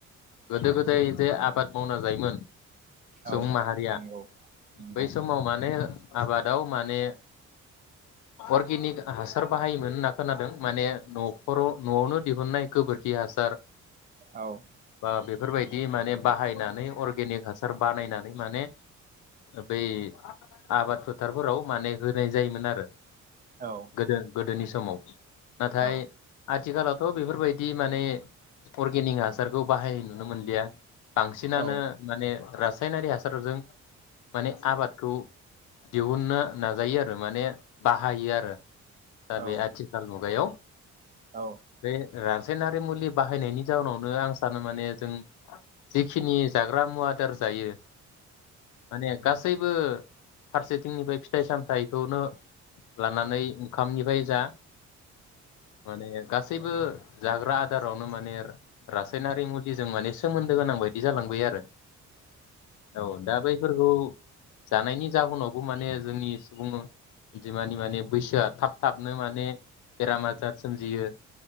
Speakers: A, on the left; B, on the right.
A: गोदो गोदाय जे आबाद मावना जायोमोन
B: औ
A: सुबुं माहारिया
B: नंगौ नंगौ
A: बै समाव माने आबादाव माने अरगेनिक हासार बाहायोमोन होनना खोनादों माने न'खराव-न'आवनो दिहुनाय गोबोरखिया हासार
B: औ
A: बा बेफोर बायदि बि माने बाहाय बनानै अर्गेनिक हासार बानायनानै माने बै आबाद फोथारफोराव माने होनाय जायोमोन आरो
B: औ
A: गोदो-गोदोनि स समाव नाथाय
B: औ
A: आथिखालाव बेफोरबायदि माने अर्गेनिक हासारखौ बाहाय नुनो मोनलिया बांसिनानो
B: औ
A: माने रासायनारि हासारजों माने आबादखौ दिहुननो नाजायो आरो माने बाहायो आरो दा
B: औ
A: बे आथिखाल मुगायाव
B: औ
A: बे रासायनारि मुलि बाहायनायनि जाउनावनो आं सानो माने जों जिखिनि जाग्रा मुवादार जायो माने गास सैबो फारसेथिंनिफ्राय फिथाइ सामथायाइखौनो लानानै ओंखामनिफ्राय जा माने गा सैबो जाग्रा आदारावनो माने रासायनारि मुलिजों माने सोमोन्दो गोनां बायदि जालांबाय आरो औ दा बैफोरखौ जानायनि जाहोनाव बे माने जोंनि सुबुं जिमानि माने बैसोआ थाब थाबनो माने बेराम आजार सोमजियो